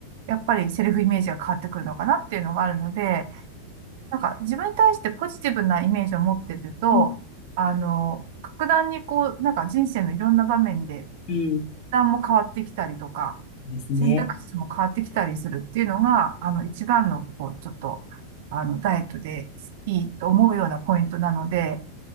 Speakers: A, on the right; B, on the left.
A: やっぱりセルフイメージが変わってくるのかなっていうのがあるので、なんか自分に対してポジティブなイメージを持ってると、
B: うん。
A: あの、格段にこう、なんか人生のいろんな場面で、
B: うん
A: 負担も変わってきたりとか、
B: ですね。
A: 選択肢も変わってきたりするっていうのが、あの、一番の、こう、ちょっと、あの、ダイエットでいいと思うようなポイントなので、